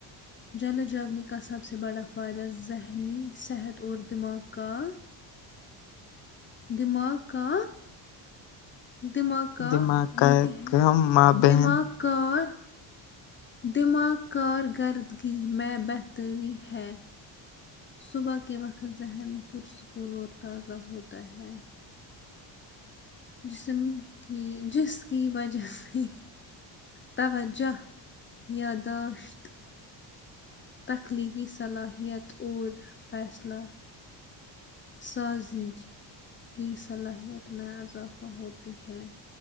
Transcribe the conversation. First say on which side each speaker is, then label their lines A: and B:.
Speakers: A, on the left; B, on the left.
A: جلیں جاگنے کا سب سے بڑا فائدہ ذہنی صحت اور دماغ کا دماغ کا دماغہ
B: دماغ کا
A: یہ کیا ہے
B: کم ماں بہن
A: دماغ کار دماغ کارکردگی میں بہتری ہے صبح کے وقت ذہن پرسکون اور تازہ ہوتا ہے جسم کی جس کی وجہ سے توجہ یاداشت تخلیقی صلاحیت اور فیصلہ سازی کی صلاحیت میں اضافہ ہوتی ہے